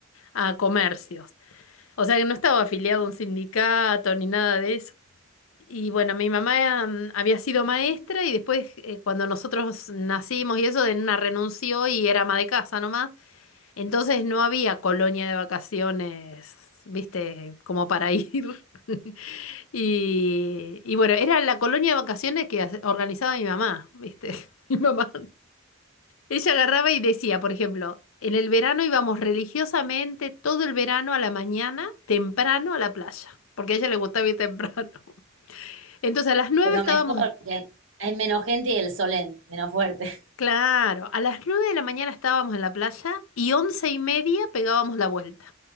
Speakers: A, on the left (about 85°); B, on the right (about 70°).
A: a comercios. O sea que no estaba afiliado a un sindicato ni nada de eso. Y bueno, mi mamá mm, había sido maestra y después eh, cuando nosotros nacimos y eso, de una renunció y era ama de casa nomás. Entonces no había colonia de vacaciones, viste, como para ir. <laughs> Y, y bueno, era la colonia de vacaciones que hace- organizaba mi mamá, viste. <laughs> Mi mamá ella agarraba y decía, por ejemplo, en el verano íbamos religiosamente todo el verano a la mañana, temprano a la playa, porque a ella le gustaba ir temprano. <laughs> Entonces a las nueve
B: pero
A: estábamos,
B: mejor, porque hay menos gente y el sol es menos fuerte.
A: claro, a las nueve de la mañana estábamos en la playa y once y media pegábamos la vuelta.